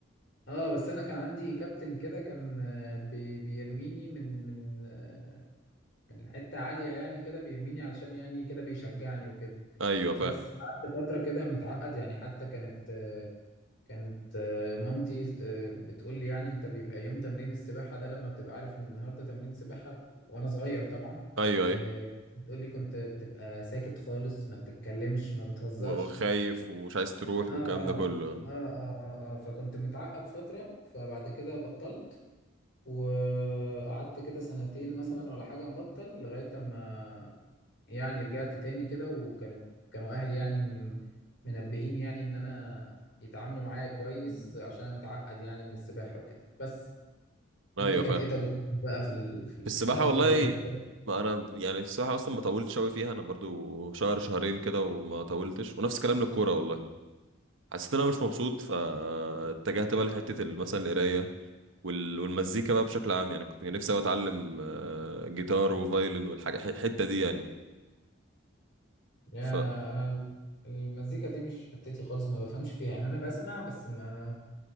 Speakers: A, on the left (about 60°); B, on the right (about 70°).
A: آه بس أنا كان عندي كابتن كده كان آه، بي بيرميني من من آه، من حتة عالية يعني كده بيرميني علشان يعني كده بيشجعني وكده
B: ايوه فاهم
A: بس قعدت فترة كده متعقد يعني حتى كانت كانت آه، مامتي آه، بتقول لي يعني انت بيبقى يوم تمرين السباحة ده لما بتبقى عارف ان النهاردة تمرين سباحة بك- وانا صغير طبعا
B: ايوه
A: آه،
B: ايوه
A: بتقول لي كنت بتبقى ساكت خالص ما بتتكلمش ما بتهزرش
B: وخايف ومش عايز تروح
A: اه اه
B: والكلام ده كله
A: اه اه اه, آه. فكنت متعقد فترة فبعد كده بطلت وقعدت كده سنتين مثلا ولا حاجة مبطل لغاية اما يعني رجعت تاني كده وكانت كانوا اهلي يعني م- منبهين يعني ان انا يتعاملوا معايا كويس عشان انا متعقد يعني من السباحة وكده بس
B: ايوه
A: انت كانت
B: فاهم
A: ايه تجربتك بقى في ال... في, ال...
B: في السباحه
A: في اطول
B: والله
A: رياضة
B: ما انا يعني السباحه اصلا ما طولتش قوي فيها انا برضو شهر شهرين كده وما طولتش ونفس الكلام للكوره والله حسيت ان انا مش مبسوط فاتجهت بقى لحته ال- مثلا القرايه وال- والمزيكا بقى بشكل عام يعني كنت نفسي أوي اتعلم آه، جيتار وفايلن والحاجه ح- الحته دي يعني
A: يعني
B: ف
A: انا انا ال- المزيكا دي مش حتتي خالص ما بفهمش فيها يعني انا بسمع بس ما